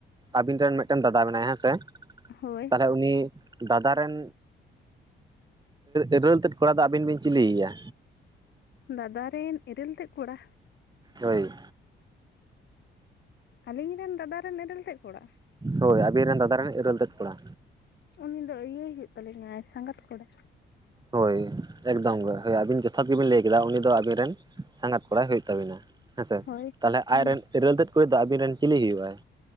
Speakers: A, on the right; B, on the left.
A: ᱟᱵᱤᱱ ᱴᱷᱮᱱ ᱢᱤᱫ ᱴᱮᱱ ᱫᱟᱫᱟ ᱢᱮᱱᱟᱭᱟ ᱦᱮᱸ ᱥᱮ
B: ᱦᱳᱭ
A: ᱛᱟᱞᱚᱦᱮ ᱩᱱᱤ ᱫᱟᱫᱟ ᱨᱮᱱ ᱮᱨᱮᱹᱞ ᱛᱮᱫ ᱠᱚᱲᱟ ᱫᱚ ᱟᱹᱵᱤᱱ ᱵᱤᱱ ᱪᱤᱞᱤᱭᱮᱭᱟ
B: ᱫᱟᱫᱟ ᱨᱮᱱ ᱤᱨᱤᱞ ᱛᱮᱫ ᱠᱚᱲᱟ
A: ᱦᱳᱭ
B: ᱟᱞᱤᱧ ᱨᱮᱱ ᱫᱟᱫᱟ ᱨᱮᱱ ᱤᱨᱤᱞ ᱛᱮᱫ ᱠᱚᱲᱟ
A: ᱦᱳᱭ ᱟᱵᱤᱱ ᱨᱮᱱ ᱫᱟᱫᱟ ᱨᱮᱱ ᱤᱨᱮᱞ ᱛᱮᱫ ᱠᱚᱲᱟ
B: ᱩᱱᱤ ᱫᱚ ᱤᱭᱟᱹᱭ ᱦᱩᱭᱩᱜ ᱛᱟᱞᱤᱧᱟᱭ ᱥᱟᱸᱜᱟᱛ ᱠᱚᱲᱟ
A: ᱦᱳᱭ ᱮᱠᱫᱚᱢ ᱜᱮ ᱦᱳᱭ ᱟᱹᱵᱤᱱ ᱡᱚᱛᱷᱟᱛ ᱜᱮ ᱵᱤᱱ ᱞᱟᱹᱭ ᱠᱮᱫᱟ ᱩᱱᱤ ᱫᱚ ᱟᱵᱤᱱ ᱨᱮᱱ ᱥᱟᱸᱜᱟᱛ ᱠᱚᱲᱟᱭ ᱦᱩᱭᱩᱜ ᱛᱟᱵᱤᱱᱟ ᱦᱮᱸᱥᱮ
B: ᱦᱳᱭ
A: ᱛᱟᱞᱚᱦᱮ
B: ᱦᱩᱸ
A: ᱟᱡ ᱨᱮᱱ ᱤᱨᱤᱞ ᱛᱮᱫ ᱠᱩᱲᱤ ᱫᱚ ᱟᱵᱤᱱ ᱨᱮᱱ ᱪᱤᱞᱤ ᱦᱩᱭᱩᱜ ᱟᱭ?